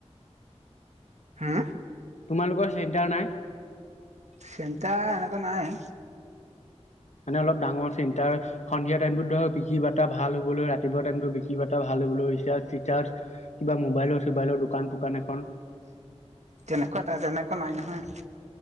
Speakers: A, on the right (about 80°); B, on the left (about 85°).
A: হা
B: তোমালোকৰ চেণ্টাৰ নাই।
A: চেণ্টাৰ এনেকুৱা নাই।
B: মানে অলপ ডাঙৰ চেণ্টৰ সন্ধিয়া টাইমটোত ধৰক বিকি বটা ভাল হবলৈ ৰাতিপুৱা টাইমতটো বিকি বাটা ভাল হবলৈ ৰিছাৰ্জ চিছাৰ্জ কিবা মোবাইলৰ চবাইলৰ দোকান চোকান এখন
A: তেনেকুৱা তেনেকুৱা নাই নহয়।